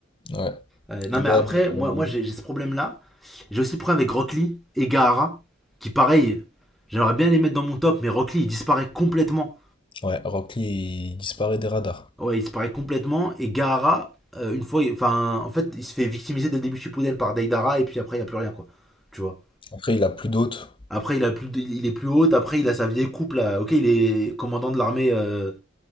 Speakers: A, on the left (about 25°); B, in the centre.
A: Ouais.
B: Euh, non
A: Idan
B: mais après,
A: et,
B: moi,
A: euh,
B: moi j'ai ce problème là J'ai aussi pris avec Rock Lee et Gaara, qui pareil, j'aimerais bien les mettre dans mon top, mais Rock Lee il disparaît complètement.
A: ouais, Rock Lee, il disparaît des radars.
B: Ouais, il disparaît complètement. Et Gaara, euh, une fois, enfin, en fait, il se fait victimiser dès le début Shippuden par Deidara, et puis après, il n'y a plus rien, quoi. Tu vois.
A: Après, il a plus d'autres
B: Après, il, a plus, il est plus haut, après, il a sa vieille coupe, là. Ok, il est commandant de l'armée euh,